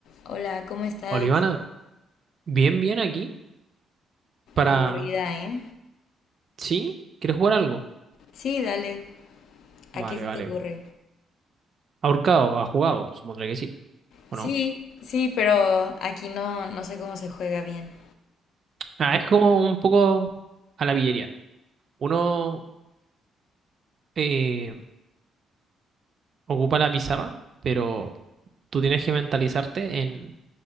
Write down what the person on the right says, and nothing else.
Olivana, bien, bien aquí para...
¿Sí? ¿Quieres jugar algo?
Vale,
vale.
Ahorcado, ha jugado, supondré que sí, ¿o
no?
Ah, es como un poco a la pillería. Uno eh, ocupa la pizarra, pero tú tienes que mentalizarte en,